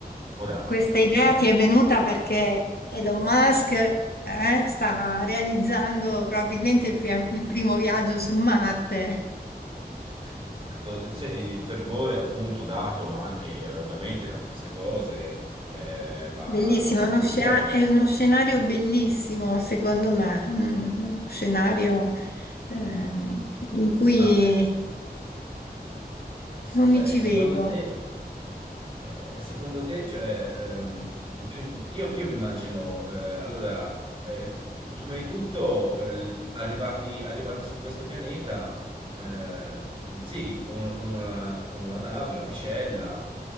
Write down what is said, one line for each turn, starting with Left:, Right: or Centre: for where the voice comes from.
Right: Ora,
Left: Questa idea
Right: eh,
Left: ti è venuta perché Elon Musk, eh, sta realizzando probabilmente il, pri- il primo viaggio su Marte.
Right: <laughs> to- se il fervore appunto dato anche eh, ovviamente da queste cose, eh, ma,
Left: Bellissimo,
Right: ma
Left: è
Right: coinvolto.
Left: uno, scea- è uno scenario bellissimo, secondo me, Mm, uno scenario ehm, in cui
Right: Ma eh, s-
Left: non
Right: cioè,
Left: mi ci
Right: secondo
Left: vedo.
Right: te? Eh, secondo te, cioè, ehm, pri- io, io mi immagino, eh, allora, eh, prima di tutto, eh, l- arrivati, arrivati su questo pianeta, ehm, sì, con, un- con una, con una nave, una vicella,